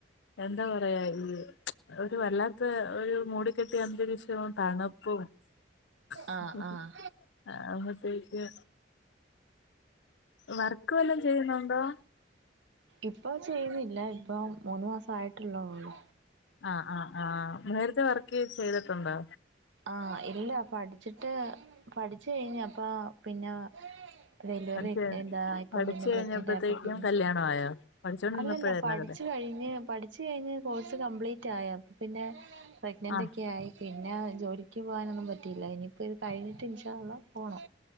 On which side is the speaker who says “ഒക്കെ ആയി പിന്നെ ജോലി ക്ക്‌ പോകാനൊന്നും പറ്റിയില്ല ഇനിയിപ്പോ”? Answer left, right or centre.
Right